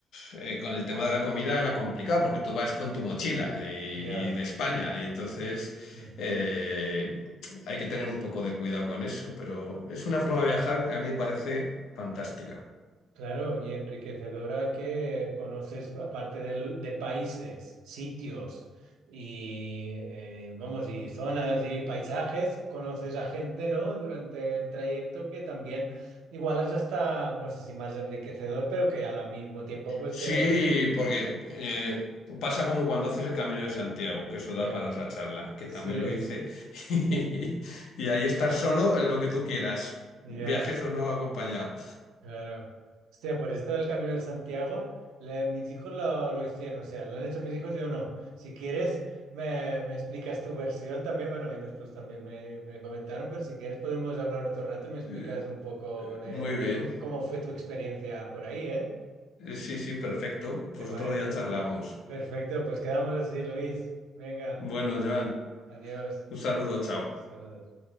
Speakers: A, on the left (about 75°); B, on the right (about 85°).
A: eh, con el tema de la comida era complicado, porque tú vas con tu mochila y, y
B: ya,
A: de España, y entonces
B: ujú,
A: eh, hay
B: sí,
A: que tener un poco de cuidado con eso, pero es una
B: sí.
A: forma de viajar que a mí me parece fantástica.
B: Claro, y enriquecedora que conoces, aparte del- de países, sitios y, eh, vamos, y zonas y paisajes, conoces a gente, ¿no? Durante el trayecto que también igual es hasta, no sé si más enriquecedor, pero que al mismo tiempo pues
A: Sí,
B: te vas...
A: porque eh, pasa como cuando haces el Camino de Santiago, que eso
B: Ya,
A: da para otra charla, que
B: Sí,
A: también lo hice, <laughs> y, ahí estás solo en lo que tú quieras,
B: ya.
A: viajes o no acompañado.
B: Claro. Hostia, por esto del Camino de Santiago, le- mis hijos lo, lo hicieron, o sea, lo han hecho mis hijos, yo no. Si quieres, me, me explicas tu versión también, bueno, y después también me, me comentaron, pero si quieres podemos hablar otro rato y me explicas
A: Eh,
B: un poco de,
A: Muy
B: de
A: bien,
B: co- cómo fue tu experiencia por ahí, ¿eh?
A: Eh, sí, sí, perfecto, pues
B: ¿Te parece,
A: otro día
B: no?
A: charlamos.
B: Perfecto, pues quedamos así, Luis. Venga,
A: Bueno, Joan,
B: adiós.
A: un saludo, chao.
B: Saludos.